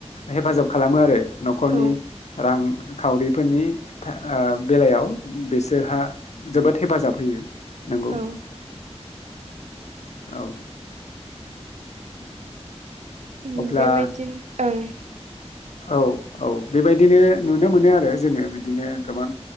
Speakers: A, on the left; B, on the right.
A: हेफाजाब खालामो आरो न'खरनि
B: औ
A: रांखावरिफोरनि था बेलायाव बिसोरहा जोबोद हेफाजाब होयो नोंगौ
B: औ
A: औ <unintelligible>
B: उम
A: अब्ला
B: बेबायदिनो ओं
A: औ औ बेबायदिनो नुनो मोनो आरो जोङो बिदिनो गोबां